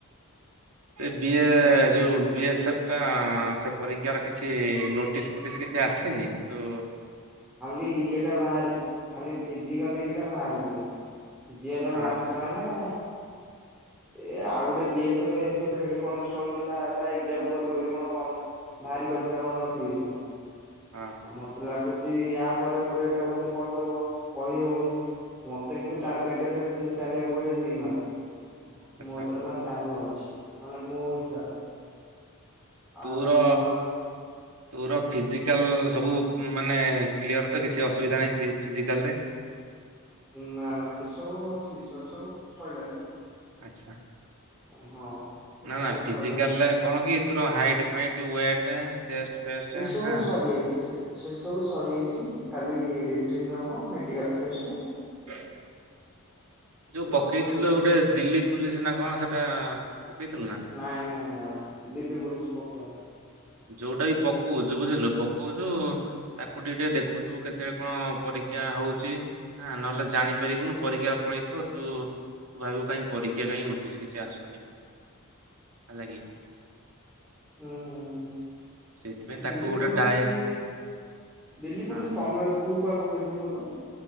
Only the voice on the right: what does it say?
ଏ ବି
ଏ ଯୋଉ ବି ଏସ୍ ଏଫ୍ ଟା ସେ ପରୀକ୍ଷାର କିଛି ନୋଟିସ୍ ଫୋଟିସ୍ କିଛି ଆସିନି ତୋ
ହଁ
ହଁ
ଆଚ୍ଛା
ତୁର
ତୋର ଫିଜିକାଲ୍ ସବୁ ମାନେ କ୍ଲିୟର୍ ତ କିଛି ଅସୁବିଧା ନାହିଁ ଫିଜିକାଲ୍ ରେ?
ଆଚ୍ଛା।
ନା
ନା ଫିଜିକାଲ୍
ରେ କଣ କି ତୋର height fight weight chest fest ଟା
ହଁ
<inaudible> ଯୋଉ
ପକେଇଥିଲ
ଗୋଟେ ଦିଲ୍ଲୀ ପୋଲିସ ନା କଣ ସେଟା ପକେଇଥିଲୁ
ଯୋଉଟା ବି ପକଉଚୁ ବୁଝିଲୁ ପକଉଚୁ ତାକୁ ଟିକେ ଟିକେ ଦେଖୁଥିବୁ କେତେଳେ କଣ ପରୀକ୍ଷା ହଉଚି। ହଁ ନହେଲେ ଜାଣିପାରିବୁନୁ ପରୀକ୍ଷା ପଳେଇଥିବ ତୁ ଭାବିବୁ କାହିଁ ପରୀକ୍ଷା କାହିଁ ନୋଟିସ୍ କିଛି ଆସୁନି ହେଲା କିି।
ସେଇଥିପାଇଁ ତାକୁ
ଗୋଟେ
ଡାଏ
ହଁ